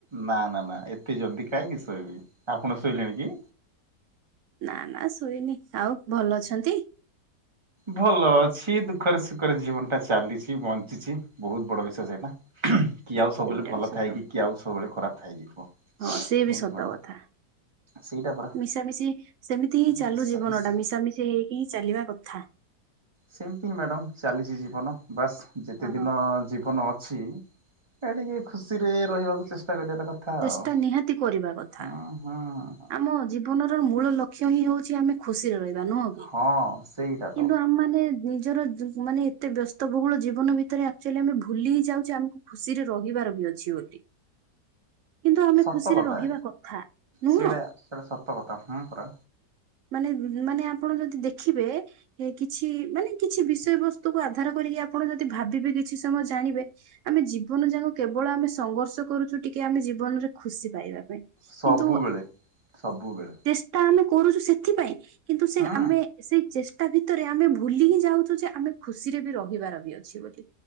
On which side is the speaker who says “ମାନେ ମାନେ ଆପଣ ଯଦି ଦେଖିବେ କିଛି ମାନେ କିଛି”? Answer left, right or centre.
Right